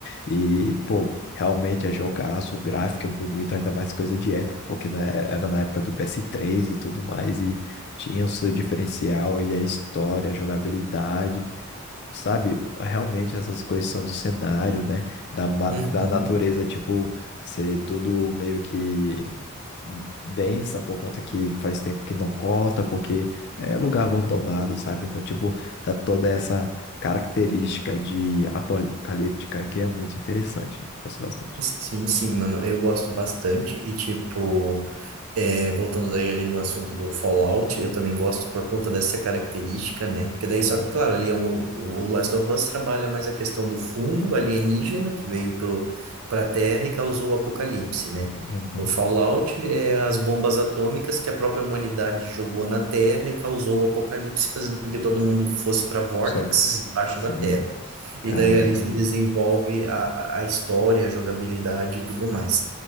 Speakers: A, on the left; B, on the right.
A: E, pô, realmente é jogaço, o gráfico é bonito, ainda mais coisa de época, porque né, era na época do PS3 e tudo mais. e tinha o seu diferencial e a história, a jogabilidade, sabe? Realmente essas coisas são do cenário, né? Da, ma-
B: Uhum.
A: da natureza, tipo, ser tudo meio que hum, densa por conta que faz tempo que não corta, porque é lugar abandonado, sabe? Então, tipo, dá toda essa característica de apocalíptica que é muito interessante. Eu gosto bastante.
B: Sim, sim, mano, eu gosto bastante. E, tipo. É, voltando daí ali no assunto do Fallout, eu também gosto por conta dessa característica, né? Porque daí, só
A: Uhum.
B: que, claro, ali é um, o Last of Us trabalha mais a questão do fungo alienígena que veio pro, pra Terra e causou o apocalipse, né?
A: Uhum.
B: O Fallout é as bombas atômicas que a própria humanidade jogou na Terra e causou o apocalipse, fazendo com que todo mundo fosse para vórtices
A: Só
B: embaixo
A: Sim,
B: da Terra.
A: cara.
B: E daí ali se desenvolve a, a a história, a jogabilidade e tudo mais.